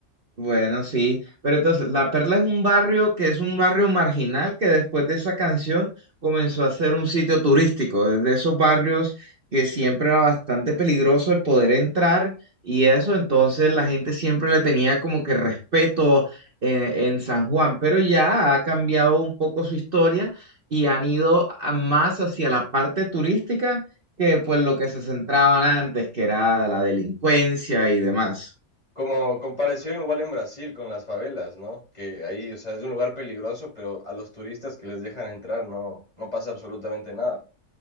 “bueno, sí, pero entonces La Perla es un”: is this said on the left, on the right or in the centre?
Right